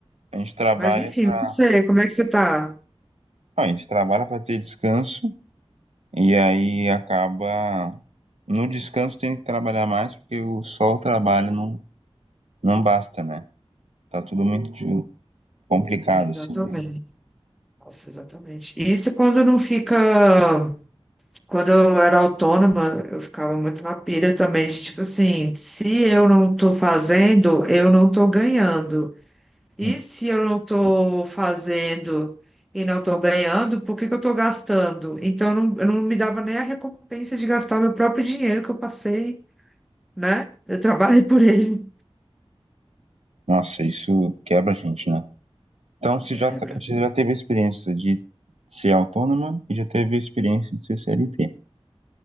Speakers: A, on the right (about 80°); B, in the centre.
A: a gente trabalha
B: Mas enfim,
A: para,
B: você, como é que você tá?
A: a gente trabalha para ter descanso e aí acaba no descanso tem que trabalhar mais porque o só o trabalho não não basta, né? Tá tudo muito de- complicado
B: Exatamente.
A: assim, né?
B: Nossa, exatamente. Isso quando não fica. Quando eu era autônoma, eu ficava muito na pilha também, de tipo assim, se eu não tô fazendo, eu não tô ganhando. E
A: Sim.
B: se eu não estou fazendo e não estou ganhando, por que que eu estou gastando? Então, eu não, eu não me dava nem a recompensa de gastar meu próprio dinheiro que eu passei, né? Eu trabalhei por ele.
A: Nossa, isso quebra a gente, né? Então, você
B: Quebra.
A: já tá- você já teve a experiência de ser autônoma e já teve a experiência de ser CLT. O